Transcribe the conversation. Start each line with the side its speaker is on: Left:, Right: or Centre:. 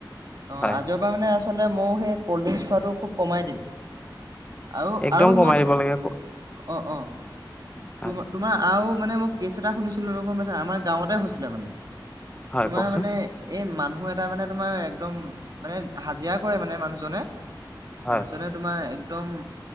Right: অ
Left: হয়।
Right: আজিৰ পৰা মানে আ আ মই সেই কল্ড্ৰিংক খোৱাটো খুব কমাই দিম আৰু
Left: একদম
Right: আৰু
Left: কমাই
Right: মই
Left: দিব লাগে।
Right: অ অ তোম
Left: হয়,
Right: তোমাৰ আৰু। মানে মই কেছ এটা শুনিছিলোঁ গম পাইছানে আমাৰ গাঁৱতে হৈছিলে মানে।
Left: হয়
Right: তোমাৰ
Left: কওকচোন।
Right: মানে এই মান মানুহ এটা মানে তোমাৰ একদম মানে হাজিৰা কৰে মানে মানুহজনে
Left: হয়,
Right: মানুহচনে তোমাৰ একদম